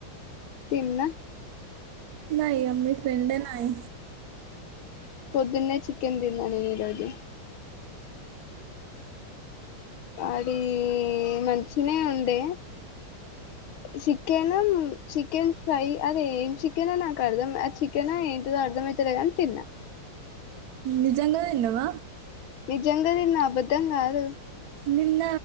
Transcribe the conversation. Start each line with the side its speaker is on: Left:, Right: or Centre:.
Left: తిన్న
Right: నాయమ్ మీ ఫ్రెండె నయ్
Left: పొద్దున్నే చికెన్ తిన్న నేను ఈ రోజు అదీ మం చిన్నాయన ఉండే చికెన చికెన్ ఫ్రై అదే చికెన నాకు అర్థం ఆ చికన్ ఏంటిదో అర్ధమయితలే గాని తిన్నా
Right: నిజంగా తిన్నావ
Left: నిజంగా తిన్న అబద్ధం కాదు
Right: నిన్న